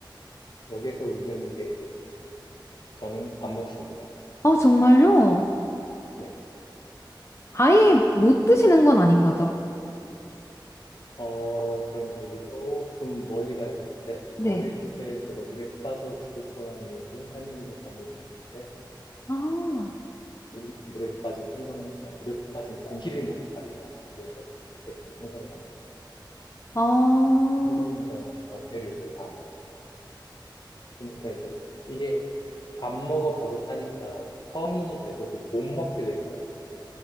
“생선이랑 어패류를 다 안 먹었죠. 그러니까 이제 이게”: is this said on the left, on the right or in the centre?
Left